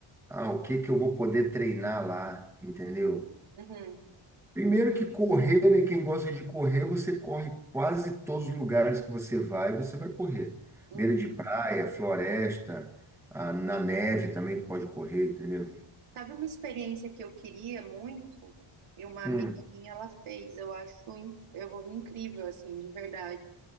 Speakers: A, in the centre; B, on the right.
A: ah, o que que eu vou poder treinar lá, entendeu?
B: Uhum,
A: Primeiro que correr, né? Quem gosta de correr, você corre quase todos os lugares que você vai, você vai correr.
B: uhum.
A: Beira de praia, floresta, ah, na neve também tu pode correr, entendeu?
B: Sabe uma experiência que eu queria muito? E uma
A: Hum,
B: amiga minha, ela fez. Eu acho in- eu, incrível, assim, de verdade.